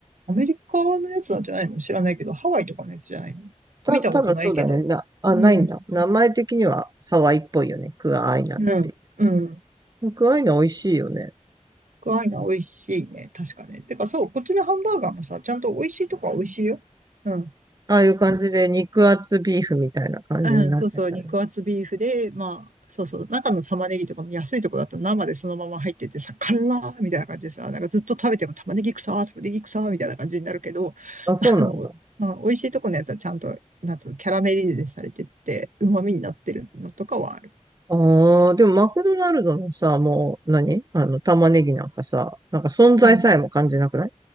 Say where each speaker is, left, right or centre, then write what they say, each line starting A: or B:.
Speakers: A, on the right; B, on the right.
A: アメリカのやつなんじゃないの知らないけど、ハワイとかのやつじゃないの見たことないけど。
B: た、多分そうだよね。な、あ、
A: うん、
B: ないんだ。名前的にはハワイっぽいよね。クアアイナって。
A: うん、うん。
B: クアアイナ美味しいよね。
A: クアイナ美味しいね。確かね。てかそう、こっちのハンバーガーもさ、ちゃんと美味しいとこは美味しいよ。うん。
B: ああいう感じで肉厚ビーフみたいな感じになってたり。
A: うん、そうそう、肉厚ビーフで、まあ、そうそう、中の玉ねぎとかも安いとこだと生でそのまま入っててさ、辛ーみたいな感じでさ、なんかずっと食べても玉ねぎ臭ー、玉ねぎ臭ーみたいな感じになるけど、
B: あ、そうなんだ。
A: あの、まあ、美味しいとこのやつはちゃんと、なんつうの、キャラメリゼされてって、旨味になってるのとかはある
B: ああ、でもマクドナルドのさ、もう何あの、玉ねぎなんかさ、なんか存在さえも感じなくない
A: うん、